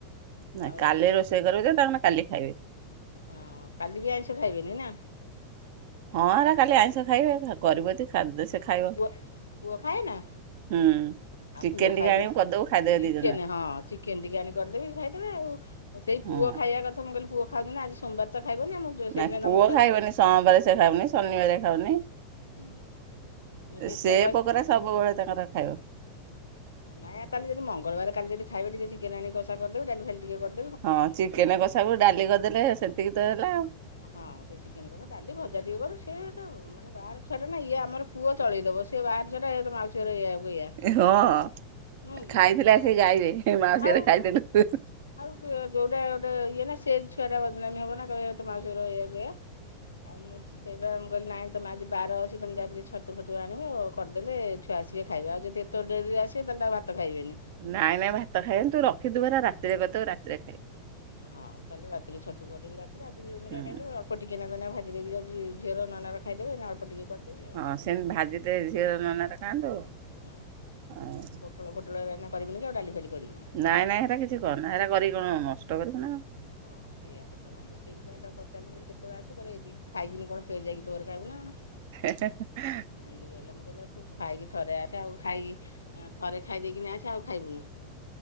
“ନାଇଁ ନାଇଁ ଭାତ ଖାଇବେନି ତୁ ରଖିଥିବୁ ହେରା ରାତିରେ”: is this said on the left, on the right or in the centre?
Right